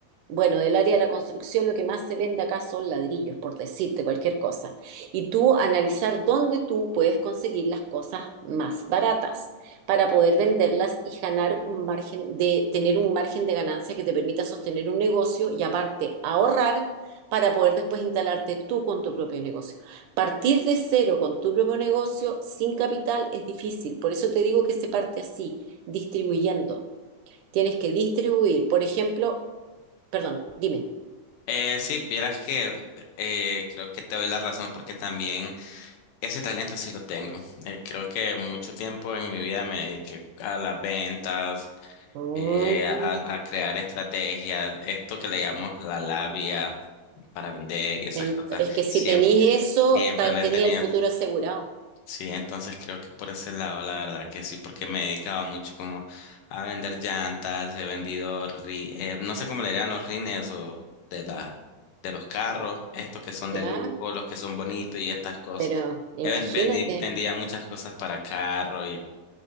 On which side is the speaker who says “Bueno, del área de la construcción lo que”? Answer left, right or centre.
Right